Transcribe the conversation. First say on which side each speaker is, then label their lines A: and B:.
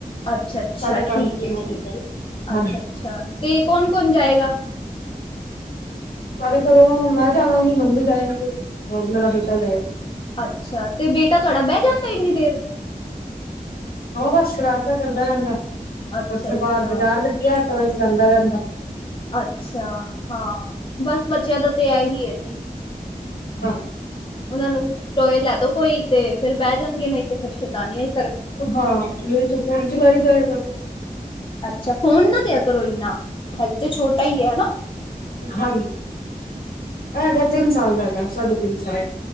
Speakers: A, on the left; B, on the left.
A: ਅੱਛਾ-ਅੱਛਾ
B: ਸਾਢੇ ਪੰਜ
A: ਠੀਕ
B: ਤਿੰਨ
A: ਐ, ਠੀਕ
B: ਵਜੇ ਤੱਕ
A: ਐ
B: ਹਾਂਜੀ
A: ਅੱਛਾ-ਅੱਛਾ ਤੇ ਕੌਨ-ਕੌਨ ਜਾਏਗਾ?
B: ਸਾਡੇ ਘਰੋ ਮੈਂ ਜਾਵਾਂਗੀ, ਮੰਮੀ ਜਾਏਗੀ, ਹੋਰ ਮੇਰਾ ਬੇਟਾ ਜਾਏ।
A: ਅੱਛਾ ਤੇ ਬੇਟਾ ਤੁਹਾਡਾ ਬੈਅ ਜਾਂਦੈ ਇੰਨੀ ਦੇਰ।
B: ਓਹ ਬਸ ਸ਼ਰਾਰਤਾਂ ਕਰਦਾ ਰੈਹੰਦਾ,
A: ਅੱਛਾ
B: ਉੱਥੇ
A: ਅੱਛਾ
B: ਬਾਰ ਬਾਜ਼ਾਰ ਲੱਗਿਆ ਟੋਏਸ ਲੈਂਦਾ ਰੈਹੰਦਾ।
A: ਅੱਛਾ ਹਾਂ ਬਸ ਬੱਚਿਆਂ ਦਾ ਤੇ ਏਹੀ ਐ ਜੀ।
B: ਹਾਂ।
A: ਓਹਨਾਂ ਨੂੰ ਟੋਏ ਲੈ ਦੋ ਕੋਈ ਤੇ ਫੇਰ ਬੈ ਜਾਣਗੇ ਨਈ ਤੇ ਫੇਰ ਸ਼ੈਤਾਨੀਆਂ ਹੈ।
B: ਹਾਂ ਨਈ ਤੇ ਫੋਨ ਚਲਾਈ ਜਾਏਗਾ।
A: ਅੱਛਾ ਫੋਨ ਨਾ ਦੇਆ ਕਰੋ ਇੰਨਾ, ਹਜੇ ਤੇ ਛੋਟਾ ਈ ਐ ਹੈਨਾ।
B: ਹਾਂਜੀ, ਐ ਹੈਗੈ ਤਿੰਨ ਸਾਲ ਦਾ ਹੈਗਾ, ਸਾਢੇ ਤਿੰਨ ਸਾਲ